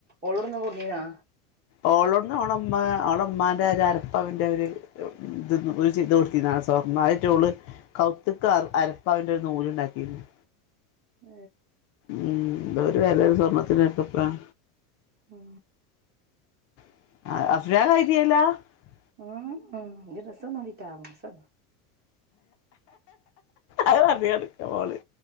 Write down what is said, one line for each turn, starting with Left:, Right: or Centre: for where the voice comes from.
Right: ഓള് ഇവ്ട്ന്ന് കൊട്ന്നീനാ
Left: ഓളോന്ന് അവളമ്മ അവളുമ്മാന്റെ ഒര് അരപ്പവന്റെ ഒര് <unintelligible> സ്വർണ്ണയിട്ട് ഓള് കൗത്ത്ക്ക് അരപ്പവന്റെ ഒരു നൂല് ഇണ്ടാക്കിയിരുന്നു
Right: ആ
Left: ഉം എന്തരു വെലെ സ്വർണ്ണത്തിന് ക്കെ പ്പം
Right: മ്
Left: <unintelligible>
Right: ഉം ഉ രസംനോട്ടി ട്ടോ രസം
Left: അത് പറഞ്ഞ് നടക്കാ മോള്